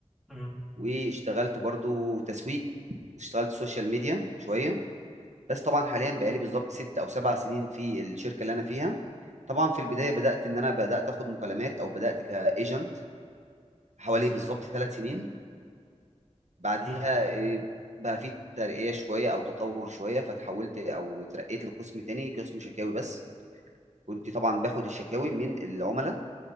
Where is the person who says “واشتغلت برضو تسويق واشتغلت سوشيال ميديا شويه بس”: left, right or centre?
Right